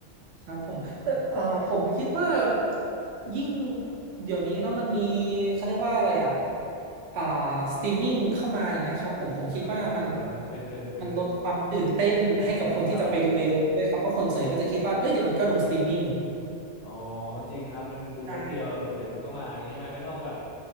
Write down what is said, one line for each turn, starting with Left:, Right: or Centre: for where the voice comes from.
Right: ครับผมเออเอ่อผมคิดว่ายิ่งเดี๋ยวนี้เนาะมันมีเขาเรียกว่าอะไรอ่ะอ่าสตรีมมิ่งเข้ามาอย่างเงี้ยครับผมผมคิดว่ามัน
Left: อ่าเป็นเป็นเป็น
Right: มันลดความตื่นเต้นให้กับคนที่จะไปดูในโรงด้วยครับเพราะคนส่วนใหญ่ก็จะคิดว่าเอ้ยเดี๋ยวมันก็ลงสตรีมมิ่ง
Left: ครับอ๋อจริงครับมันดูแป๊บเดียวมันเดี๋ยวมันก็มาอย่างนี้ใช่ไหมไม่ต้องแบบ
Right: ใช่